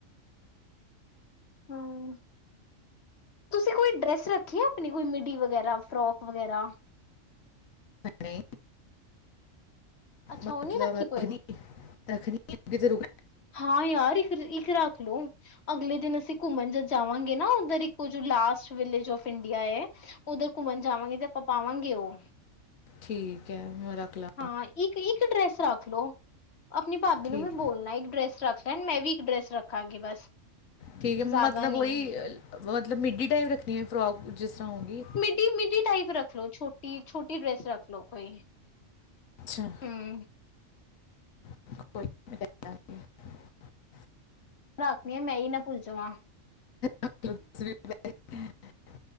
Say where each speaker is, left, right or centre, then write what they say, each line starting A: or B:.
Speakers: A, on the left (about 55°); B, on the left (about 85°).
A: ਹੂੰ। ਤੁਸੀਂ ਕੋਈ ਡਰੈਸ ਰੱਖੀ ਆ ਆਪਣੀ ਕੋਈ ਮਿਡੀ ਵਗੈਰਾ, ਫਰੋਕ ਵਗੈਰਾ?
B: ਨਈ।
A: ਅੱਛਾ
B: ਮਤਲਬ
A: ਉਹ ਨੀ ਰੱਖੀ
B: ਰੱਖਨੀ,
A: ਕੋਈ
B: ਰੱਖਣੀ ਆ ਅੱਗੇ ਜਰੂ
A: ਹਾਂ ਯਾਰ ਇੱਕ, ਇੱਕ ਰੱਖ ਲੋ। ਅਗਲੇ ਦਿਨ ਅਸੀਂ ਘੁੰਮਣ ਜ ਜਾਵਾਂਗੇ ਨਾ ਉਧਰ ਇੱਕ ਜੋ ਲਾਸਟ ਵਿਲੇਜ ਔਫ ਇੰਡੀਆ ਏ ਉੱਧਰ ਘੁੰਮਣ ਜਾਵਾਂਗੇ 'ਤੇ ਆਪਾਂ ਪਾਵਾਂਗੇ ਓ।
B: ਠੀਕ ਐ ਮੈਂ ਰੱਖ ਲਾ
A: ਹਾਂ ਇੱਕ-ਇੱਕ ਡਰੈਸ ਰੱਖ ਲੋ, ਆਪਣੀ ਭਾਬੀ
B: ਠੀਕ
A: ਨੂੰ ਵੀ ਬੋਲਣਾ ਡਰੈਸ ਰੱਖ ਲੈਣ ਮੈਂ ਵੀ ਇੱਕ ਡਰੈਸ ਰੱਖਾਂਗੀ ਬਸ।
B: ਠੀਕ ਐ ਮਤਲਬ
A: ਜ਼ਿਆਦਾ ਨਹੀਂ
B: ਉਈ ਮਤਲਬ ਮਿਡੀ ਟਾਈਪ ਰੱਖਣੀ ਐ ਫਰੋਕ ਜਿਸ ਤਰਾਂ ਹੋਗੀ।
A: ਟੀ ਮਿੱਡੀ ਟਾਈਪ ਰੱਖ ਲੋ ਛੋਟੀ, ਛੋਟੀ ਡ੍ਰੈਸ ਰੱਖ ਲੋ‌ ਕੋਈ।
B: ਅੱਛਾ।
A: ਹੂੰ।
B: <inaudible>
A: ਰਾਖਨੀ ਆ ਮੈਂ ਈ ਨਾ ਭੁੱਲ ਜਾਵਾਂ।
B: ਰੱਖ ਵੀ <inaudible>